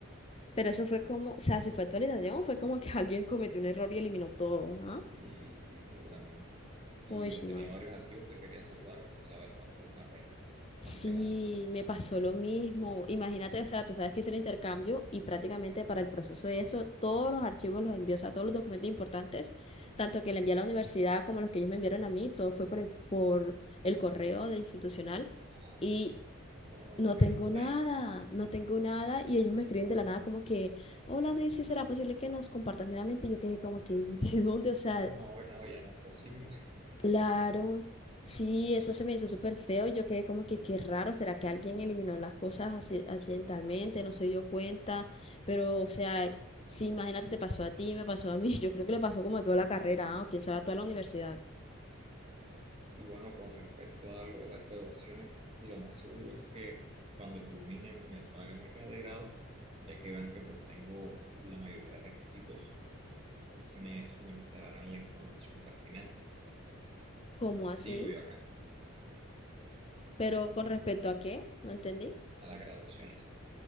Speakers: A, on the left (about 25°); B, on the right (about 25°).
A: pero eso fue como, o sea, si fue actualización, fue como que <laughs> alguien cometió un error y eliminó todo, ¿ah?
B: Sí, sí, seguramente. Y
A: Uy,
B: yo
A: no.
B: tenía varios archivos que quería salvar, pues la verdad fue una pena bastante
A: Sí,
B: grande.
A: me pasó lo mismo. Imagínate, o sea, tú sabes que hice el intercambio y prácticamente para el proceso de eso, todos los archivos los envió, o sea, todos los documentos importantes, tanto que le envié a la universidad como los que ellos me enviaron a mí, todo fue por el, por el correo de institucional
B: Mm. Ah,
A: y
B: sí, sí. Todos nos
A: no
B: lo enviaron
A: tengo
B: por
A: nada,
B: ahí.
A: no tengo nada y ellos me escriben de la nada como que, hola, Daisy, ¿será posible que nos compartas nuevamente? Y yo quedé como que, <laughs> ¿de dónde? O sea,
B: No, no, ya no es posible.
A: Claro, sí, eso se me hizo súper feo y yo quedé como que qué raro, ¿será que alguien eliminó las cosas acci- accidentalmente, no se dio cuenta? Pero, o sea, sí, imagínate, te pasó a ti, me pasó a mí, <laughs> yo creo que le pasó como a toda la carrera, ah,
B: Claro,
A: o quién sabe a toda la universidad.
B: no. Y bueno, con respecto a lo de las graduaciones, lo más seguro es que cuando culmine mi académica de grado, ya que vean que pues tengo la mayoría de requisitos pues sí me suministrarán la información pertinente,
A: ¿Cómo así?
B: digo yo acá,
A: Pero con respecto a qué, no entendí.
B: a las graduaciones.